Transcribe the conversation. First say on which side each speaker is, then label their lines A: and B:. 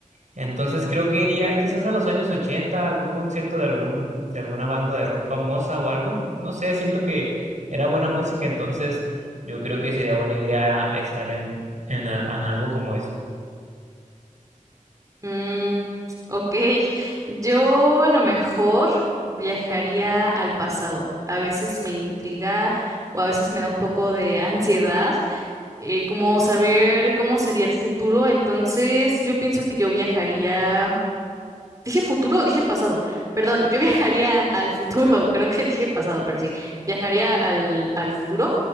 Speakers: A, on the right; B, on the right.
A: entonces creo que iría quizás a los años 80, a algún concierto de algún, de alguna banda de rock famosa o algo. No sé, siento que era buena música, entonces yo creo que sería buena idea estar en, en, al- en algo como eso.
B: Mm, ok, yo a lo mejor viajaría al pasado. A veces me intriga o a veces me da un poco de <laughs> ansiedad, eh, como saber cómo sería el futuro. Entonces, yo pienso que yo viajaría. Dije futuro, dije pasado. Perdón, yo <laughs> viajaría al futuro, <laughs> creo que dije pasado, pero sí, viajaría al, al futuro